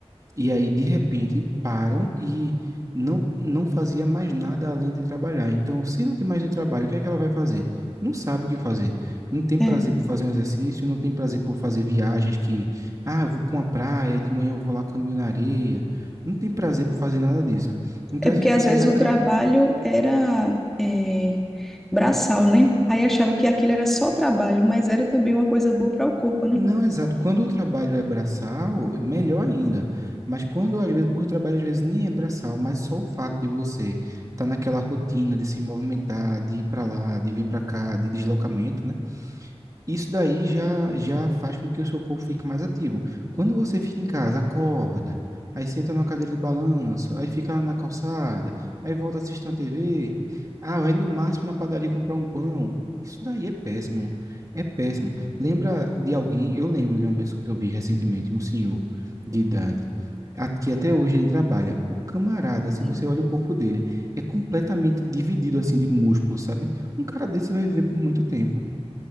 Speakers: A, on the right; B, in the centre.
A: e aí, de repente, param e não, não fazia mais nada além de trabalhar. Então, se não tem mais o trabalho, o que é que ela vai fazer? Não sabe o que fazer. Não tem
B: É.
A: prazer por fazer um exercício, não tem prazer por fazer viagens que, ah, eu vou para uma praia, de manhã eu vou lá caminho na areia. Não tem prazer por fazer nada disso. Então,
B: É porque
A: essas pessoas
B: às vezes
A: aca
B: o trabalho era é, braçal, né? Aí achava que aquilo era só trabalho, mas era também uma coisa boa para o corpo, né?
A: Não, exato. Quando o trabalho é braçal, melhor ainda. Mas quando às vezes, o trabalho às vezes nem é braçal, mas só o fato de você estar naquela rotina de se movimentar, de ir para lá, de vir para cá, de deslocamento, né? Isso daí já, já faz com que o seu corpo fique mais ativo. Quando você fica em casa, acorda, aí senta numa cadeira de balanço, aí fica na calçada, aí volta assistir uma TV, ah, vai no máximo na padaria comprar um pão. Isso daí é péssimo, é péssimo. Lembra de alguém, eu lembro de uma pessoa que eu vi recentemente, um senhor de idade, a- que até hoje ele trabalha. O camarada, se
B: Sim.
A: você olha o corpo dele, é completamente dividido assim de músculo, sabe? Um cara desse vai viver por muito tempo.